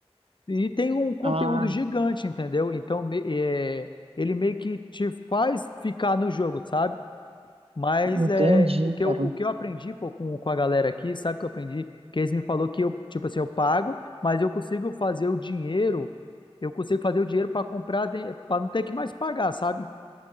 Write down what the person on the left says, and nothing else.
E tem um conteúdo
gigante, entendeu? Então, me- é, ele meio que te faz ficar no jogo, sabe? Mas
é, o que
eu, o que eu aprendi pô, com, com a galera aqui, sabe o que eu aprendi? Que eles me falou que eu, tipo assim, eu pago, mas eu consigo fazer o dinheiro, eu consigo fazer o dinheiro para comprar, para não ter que mais pagar, sabe?